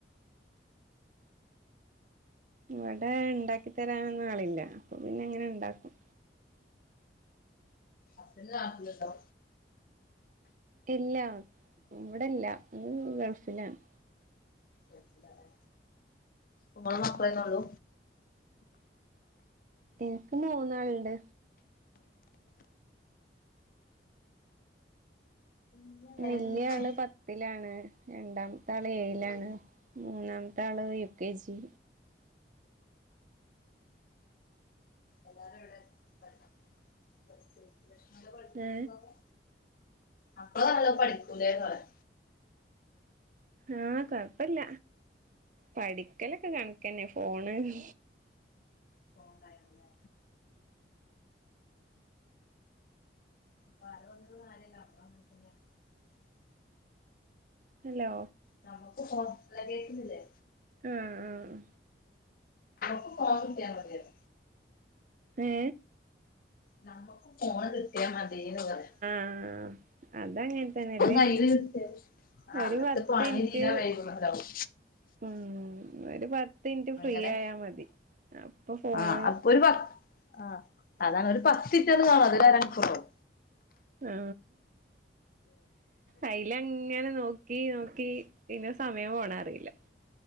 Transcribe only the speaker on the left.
ഹസ്ബൻ്റ് നാട്ടിലുണ്ടോ?
ഗൾഫിലാല്ലേ ഇങ്ങളും മക്കളന്നൊള്ളൂ
പിന്നെ വേറെന്തൊക്കെ
ഓ
എല്ലാരും ഇവിടെ പഠി- പഠിച്ച് ലക്ഷ്മണന്റെ പഠിത്തമൊക്കെ
മക്കള് നല്ലോം പഠിക്കും ലെ ന്ന് പറയാ.
ഫോണുണ്ടായിരുന്നല്ലേ അപ്പൊ <unintelligible>
നമ്മുക്ക് <unintelligible> കേക്കുന്നില്ലേ?
<unintelligible> ഫോൻ കിട്ടിയ മതിയല്ലോ.
നമക്ക് ഫോണ് കിട്ടിയാ മതീന്ന് പറയാ.
കയ്യില് കിട്ടിയ ആ
അന്നത്തെ
പണി തീരാ വൈകുന്നവരാവും
അങ്ങനെ
ആ അപ്പൊ ഒരു പത്ത് ആ അതാണ് ഒരു പത്ത്റ്റന്ന് കാണ അതൊരരാ മണിക്കൂറവും.